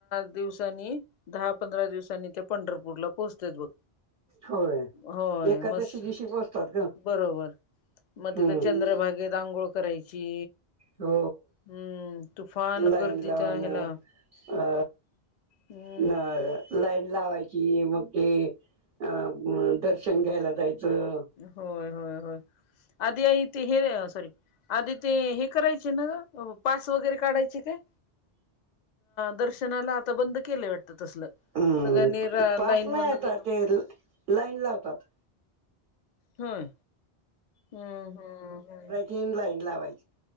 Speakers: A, on the left; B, on the right.
A: दिवसांनी दहा, पंधरा, दिवसांनी ते पंढरपूरला पोहोचते बघ.
B: होय.
A: होय,
B: एकादशी
A: मस्त,
B: दिवशी पोचतात ग.
A: बरोबर, मग, तिथं
B: हम्म.
A: चंद्रभागेत आांघोळ करायची.
B: हो,
A: हम्म तुफान
B: लाईन
A: गर्दी
B: लावून
A: त्या ह्याला
B: अ,
A: हम्म
B: <unintelligible> लाईन लावायची, मग ते अ दर्शन घ्यायला जायचं.
A: होय, होय, होय, आधी आ ते हे र सॉरी, आधी, ते हे करायचे ना, पास वगैरे काढायचे काय? दर्शनाला, आता बंद केलंय वाटत तसल,
B: हम्म.
A: सगळ्यांनी रा
B: पास
A: लाईन
B: नाही
A: <inaudible>
B: आता ते लाईन लावतात.
A: होय, हम्म, हम्म, हम्
B: तीन, लाईन लावायची.